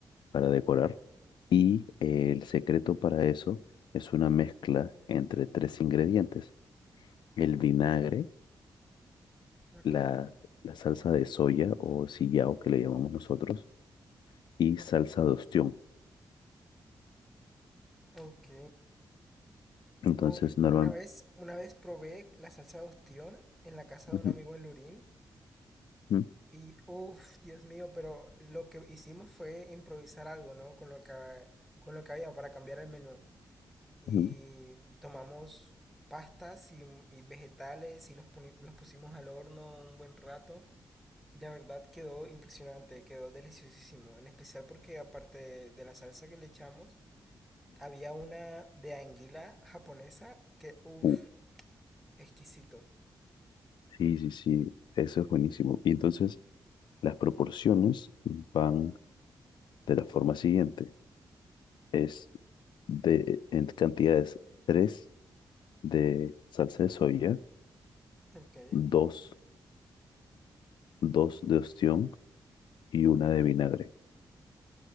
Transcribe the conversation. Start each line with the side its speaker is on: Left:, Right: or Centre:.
Left: para decorar. Y eh, el secreto para eso es una mezcla entre tres ingredientes: el vinagre,
Centre: Ok,
Left: la, la salsa de soya o sillao que le llamamos nosotros, y salsa de ostión.
Centre: ok.
Left: Entonces,
Centre: Uf,
Left: normal.
Centre: una vez, una vez probé la salsa de ostión en la casa
Left: Ujú,
Centre: de un amigo en Lurín
Left: ujú,
Centre: Y uff, Dios mío, pero lo que hicimos fue improvisar algo, ¿no? Con lo que, con lo que había para cambiar el menú. Y
Left: ujú,
Centre: tomamos pastas y, y vegetales y los, poni- los pusimos al horno un buen rato. Y la verdad quedó impresionante, quedó deliciosísimo. En especial porque aparte de, de la salsa que le echamos, había una de anguila japonesa que uff,
Left: ujú.
Centre: exquisito.
Left: Sí, sí, sí, eso es buenísimo. Y entonces las proporciones van de la forma siguiente. Es de en cantidades 3 de salsa de soya,
Centre: Ok.
Left: 2, 2 de ostión y una de vinagre.